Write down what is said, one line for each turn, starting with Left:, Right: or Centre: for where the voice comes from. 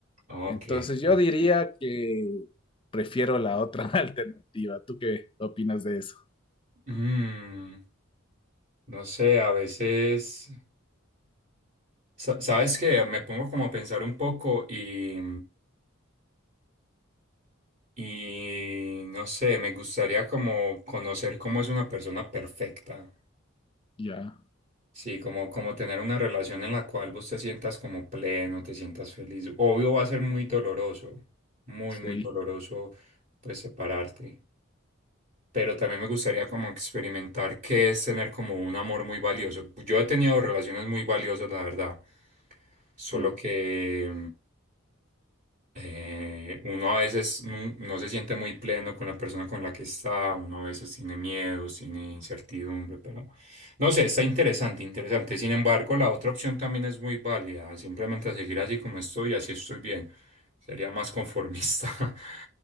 Right: Ok,
Left: Entonces
Right: sí.
Left: yo diría que prefiero la otra <laughs> alternativa. ¿Tú qué opinas de eso?
Right: Mm. No sé, a veces, sa- ¿sabes qué? Me pongo como a pensar un poco y, y no sé, me gustaría como conocer cómo es una persona perfecta.
Left: Ya,
Right: Sí, como, como tener una relación en la cual vos te sientas como pleno, te sientas feliz. Obvio va a ser muy doloroso, muy,
Left: sí,
Right: muy doloroso pues separarte. Pero también me gustaría como experimentar qué es tener como un amor muy valioso. Yo he tenido relaciones muy valiosas, la verdad. Solo
Left: ya,
Right: que, Eh, uno a veces no, no se siente muy pleno con la persona con la que está, uno a veces tiene miedos, tiene incertidumbre, pero no sé, está interesante, interesante. Sin embargo, la otra opción también es muy válida, simplemente seguir así como estoy, así estoy bien. Sería más conformista. <laughs>